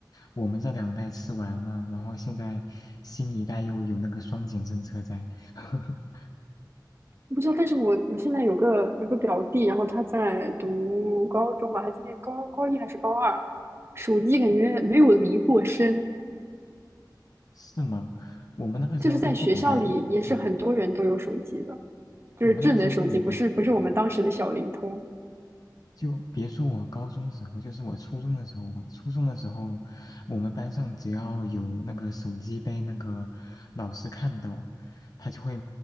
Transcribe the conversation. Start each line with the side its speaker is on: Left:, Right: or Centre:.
Left: 我们这两代吃完了，然后现在新一代又有那个双减政策在。<laughs>
Right: 我不知道，但是我我现在有个有个表弟，然后他在读高中吧，他今年高高一还是高二，手机感觉没有离过身，
Left: 是吗？我们那个时候都不给带，
Right: 就是在学校里也是很多人都有手机的，
Left: 嗯，
Right: 就是智能手机，
Left: 我们那个时候不给带，
Right: 不是不是我们当时的小灵通
Left: 对，就别说我高中时候，就是我初中的时候吧。初中的时候，我们班上只要有那个手机被那个老师看到，他就会